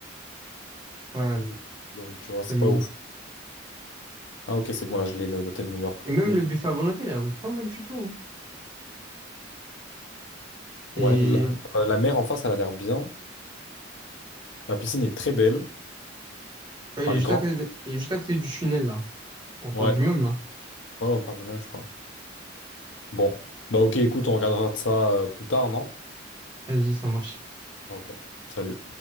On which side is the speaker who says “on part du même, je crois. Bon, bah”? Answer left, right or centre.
Left